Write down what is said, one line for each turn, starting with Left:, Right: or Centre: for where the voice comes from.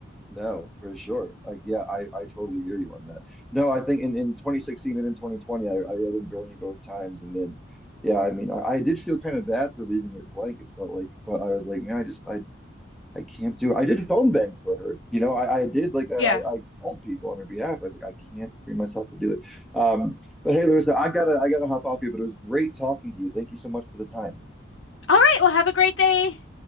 Centre: No, for sure. Like, yeah, I, I totally hear you on that. No, I think in, in 2016 and in 2020, I, I wrote in Bernie both times. And then, yeah, I mean, I, I did feel kind of bad for leaving it blank. It felt like, but I was like, man, I just, I I can't do. I did phone bank for her. You know, I, I did like I,
Left: Yeah.
Centre: I called people on her behalf. I was like, I can't bring myself to do it. Um, but hey, Larissa, I gotta I gotta hop off here. But it was great talking to you. Thank you so much for the time.
Left: All right. Well, have a great day.